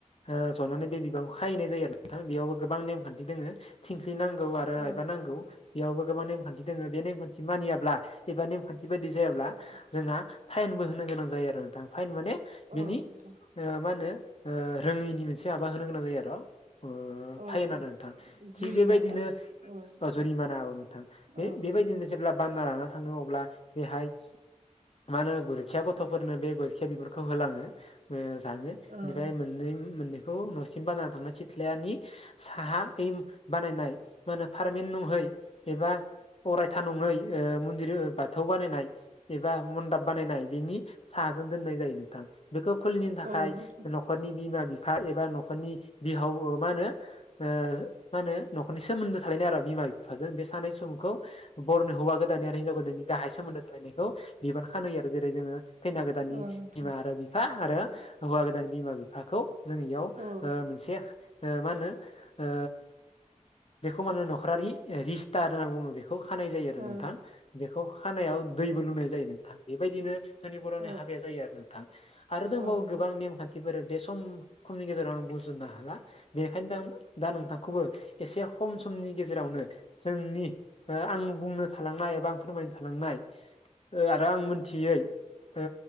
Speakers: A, on the left (about 50°); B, on the right (about 75°).
A: ओ जनानै बे बिबांखौ खाहैनाय जायो आरो नोंथां बेयावबो गोबां नेमखान्थि दोङो। थिंख्लि नांगौ
B: औ
A: आरो
B: नोंथां
A: आइबा नांगौ। बेयावबो गोबां नेमखान्थि दोङो बे नेमखान्थि मानियाब्ला एबा नेमखान्थि बायदि जायाब्ला
B: औ
A: जोंहा फाइनबो होनो गोनां जायो आरो नोंथां फाइन माने बिनि
B: नोंथां औ नोंथां
A: ओ मा होनो ओ रोङैनि मोनसे माबा होनो गोनां जायो आर' ओ
B: औ
A: फाइन आरो नोंथां।
B: जुरिमाना
A: थिग बेबायदिनो
B: औ नोंथां
A: जुरिमाना औ नोंथां बे
B: औ नोंथां
A: बेबायदिनो जेब्ला बानना लाना थाङो अब्ला बेहाय मा होनो गुरखिया गथ'फोरनो बे गुरखिया बिबानखौ होलाङो ओ जानो इनिफ्राय
B: औ
A: मोननै मोननै खौ न'सिम बानना थांना सिथ्लानि साहा बै बानायनाय मा होनो पारमेन नङै एबा अरायथा नङै ओ मनदिर बाथौ बानायनाय एबा मनदाब बानायनाय बेनि साहाजों दोननाय जायो नोंथां बेखौ खुलिनो थाखाय
B: औ नोंथां
A: न'खरनि बिमा बिफा एबा न'खरनि बिहाव ओ मा होनो ओ मा होनो न'खरनि सोमोन्दो थालायनाय आरो बिमा बिफाजों बे सानै सुबुंखौ बर'नि हौवा गोदान आरो हिनजाव गोदाननि गाहाय सोमोन्दो थालायनायखौ बिबान खानो होयो आरो जेरै जोङो खैना गोदाननि
B: औ नोंथां
A: बिमा आरो बिफा आरो हौवा गोदान बिमा बिफाखौ जों इयाव
B: औ
A: ओ मोनसे ओ मा होनो ओ बेखौ माने न'खरारि रिस्टार होनना बुङो बेखौ खानाय जायो आरो
B: औ
A: नोंथां। बेखौ खानायाव दैबो लुनाय जायो नोंथां बेबायदिनो जोंनि बर'नि
B: औ
A: हाबाया जायो आरो नोंथां आरो
B: औ
A: दंबावो
B: औ नोंथां
A: गोबां नेमखान्थि बे सम खमनि गेजेरावनो बुंजुबनो हाला बेखायनो दा दा नोंथां खौबो एसे खम समनि गेजेरावनो जोंनि आं बुंनो थालांनाय एबा आं फोरमायनो थालांनाय आरो आं मोनथियै ओ